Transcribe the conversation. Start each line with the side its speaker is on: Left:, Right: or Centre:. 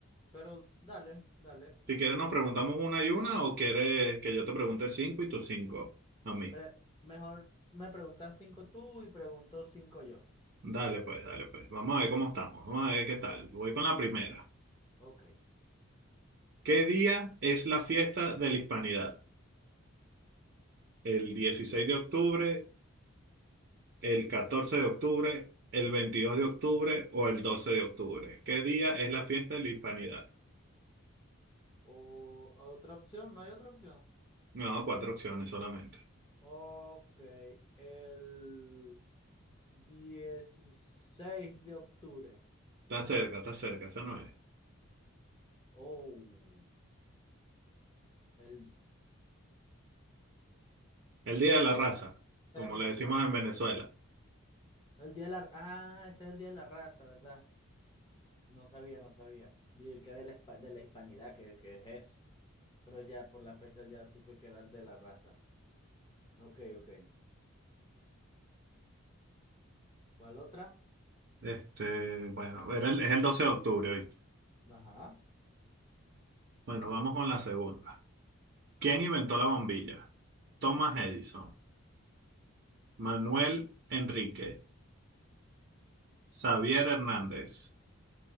Left: Pero dale, dale.
Right: Si quieres nos preguntamos una y una o quieres que yo te pregunte cinco y tú cinco a mí.
Left: Pre- mejor me preguntas cinco tú y pregunto cinco yo.
Right: Dale pues, dale pues. Vamos a ver cómo estamos. Vamos a ver qué tal. Voy con la primera.
Left: Ok.
Right: ¿Qué día es la fiesta de la Hispanidad? ¿El 16 de octubre, el 14 de octubre, el 22 de octubre o el 12 de octubre? ¿Qué día es la fiesta de la Hispanidad?
Left: O otra opción, no hay otra opción.
Right: No, cuatro opciones solamente.
Left: Ok, el 16 de octubre.
Right: Está cerca, está cerca, esa no es.
Left: Oh, el...
Right: El Día de la Raza, como
Left: la definitiva.
Right: le decimos en Venezuela.
Left: El día de la... Ah, ese es el día de la raza, ¿verdad? No sabía, no sabía. Dije que de la, hispa- de la hispanidad, que, que es. Pero ya por la fecha ya supe que eran de la raza. Ok, ok. ¿Cuál otra?
Right: Este, bueno, era el- es el doce de octubre, ¿oíste?
Left: Ajá.
Right: Bueno, vamos con la segunda. ¿Quién inventó la bombilla? Thomas Edison, Manuel Enrique, Xavier Hernández